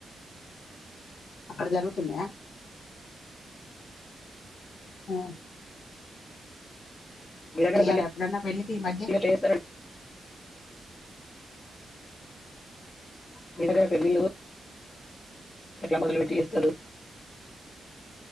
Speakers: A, on the left (about 75°); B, on the left (about 40°).
A: అక్కడ జరుగుతు తున్నాయా ఆ
B: మీ దగ్గర
A: ఎ్యారా
B: పెళ్ళిళ్ళు
A: ఎప్పుడన్నా పెళ్ళికి ఈ మధ్య
B: ఎట్లా చేస్తారండి మీ దగ్గర పెళ్ళళ్ళు ఎలా మలు విటి ఇస్తారు